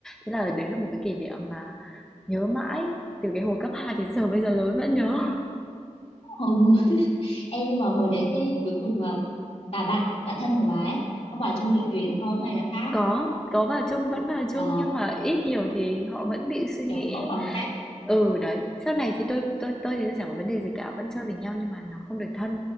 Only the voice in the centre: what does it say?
thế là đấy là một cái kỷ niệm mà Nhớ mãi, từ cái hồi cấp 2 đến giờ bây giờ lớn vẫn nhớ.
Có, có vào chung, vẫn vào chung
nhưng mà ít nhiều thì họ vẫn bị suy nghĩ
ấy.
Ừ, đấy. Sau này thì tôi tôi tôi thì tôi chẳng có vấn đề gì cả, vẫn chơi với nhau nhưng mà nó không được thân